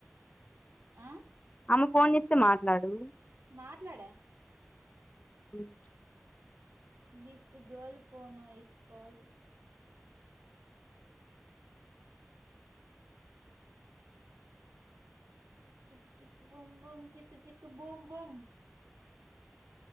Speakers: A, on the right; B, on the left.
A: ఆ
B: అమ్మ ఫోన్ చేస్తే మాట్లాడు
A: మాట్లాడ
B: <inaudible>
A: దిస్ గర్ల్ ఫోన్ ఇ కల్ చిక్ చిక్ బొంబమ్ చిక్ చిక్ బొంబమ్